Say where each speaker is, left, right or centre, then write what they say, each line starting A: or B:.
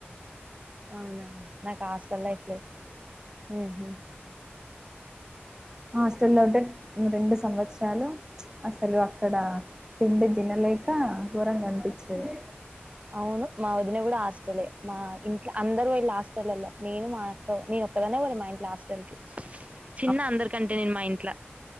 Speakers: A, on the right (about 30°); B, on the right (about 15°).
A: అవునా నాకు హాస్టల్ లైఫ్ లేదు ఉహు
B: హాస్టల్లో ఉంటే రెండు సంవత్సరాలు అసలు అక్కడ తిండి తినలేక ఘోరంగా అనిపించేది
A: అవును మా వదిన కూడా హాస్టలే మా ఇంట్ల అందరు వాళ్ళ హాస్టల్ల్ల నేను మా అక్క నేను నేను ఒక్కదాన్నే పోలే మా ఇంట్లో హస్టల్కి
B: <unintelligible>
A: చిన్న అందరికంటే నేను మా ఇంట్ల